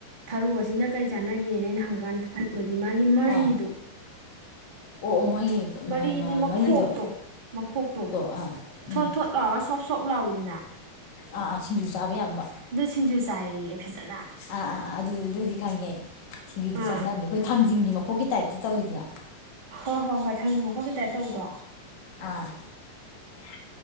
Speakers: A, on the right; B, on the left.
A: ꯊꯔꯣ ꯑꯁꯤꯅ ꯀꯔꯤ ꯆꯥꯟꯅꯒꯦꯅ ꯑꯩꯅ ꯍꯪꯀꯥꯟꯗ ꯊꯔꯨꯔꯗꯤ ꯃꯥꯒꯤ ꯃꯔꯤꯗꯣ
B: ꯑꯥ ꯑꯣ ꯑꯣ ꯃꯣꯏꯒꯤ
A: ꯃꯔꯤꯗꯤ ꯃꯈꯣꯛꯇꯣ
B: ꯃꯔꯤꯗꯣ
A: ꯃꯈꯣꯛꯇꯣ
B: ꯑꯥ ꯎꯝ
A: ꯊꯣꯠ ꯊꯣꯠ ꯂꯥꯎꯔ ꯁꯣꯞ ꯁꯣꯞ ꯂꯥꯎꯏꯤꯗꯅ
B: ꯑꯥ ꯑꯥ ꯁꯤꯡꯖꯨ ꯆꯥꯕ ꯌꯥꯕ
A: ꯁꯤꯡꯖꯨ ꯆꯥꯏꯌꯦ ꯐꯖꯅ
B: ꯑꯥ ꯑꯥ ꯑ ꯑꯗꯨ ꯑꯗꯨꯗꯤ ꯈꯪꯉꯦ ꯁꯤꯡꯗꯨꯗꯤ
A: ꯑꯥ
B: ꯆꯥꯟꯅꯕꯅꯦ ꯑꯩꯈꯣꯏ ꯊꯥꯡꯖꯤꯡꯒꯤ ꯃꯈꯣꯛꯀꯤ ꯇꯥꯏꯞꯇ ꯇꯧꯋꯤꯗꯅ
A: ꯍꯣꯏ ꯍꯣꯏ ꯍꯣꯏ ꯊꯥꯡꯖꯩ ꯃꯐꯝꯒꯤ ꯇꯥꯏꯞ ꯇꯧꯕꯗꯣ
B: ꯑꯥ